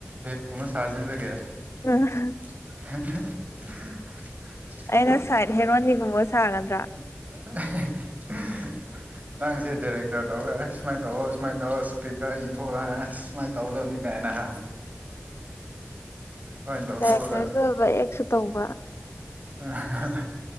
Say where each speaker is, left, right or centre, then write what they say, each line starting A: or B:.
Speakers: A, on the right; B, on the left.
A: ꯚꯦꯠꯀꯨꯝꯕ ꯁꯥꯖꯤꯜꯂꯒꯦ
B: ꯑ
A: <unintelligible>
B: ꯑꯩꯅ ꯁꯥꯏꯠ ꯍꯦꯔꯣꯅꯤꯒꯨꯝꯕ ꯁꯥꯒꯗ꯭ꯔꯥ
A: <unintelligible> ꯅꯪꯁꯦ ꯗꯥꯏꯔꯦꯛꯇꯔ ꯇꯧꯔꯒꯁ ꯁꯨꯃꯥꯏꯅ ꯇꯧꯔꯣ ꯁꯨꯃꯥꯏꯅ ꯇꯧꯔꯣ ꯏꯁꯀ꯭ꯔꯤꯞꯀ ꯏꯊꯣꯛꯑ ꯑꯁ ꯃꯥꯥꯏ ꯇꯧꯗꯝꯅꯤ ꯀꯥꯏꯅ ꯍꯥ ꯂꯣꯏꯅ ꯇꯧꯊꯣꯛꯑꯒ
B: ꯗꯥꯏꯔꯦꯛꯇꯔꯁꯨ ꯑꯣꯏꯕ ꯑꯦꯛꯁꯨ ꯇꯧꯕ
A: ꯎꯝ ꯍ ꯍ ꯍ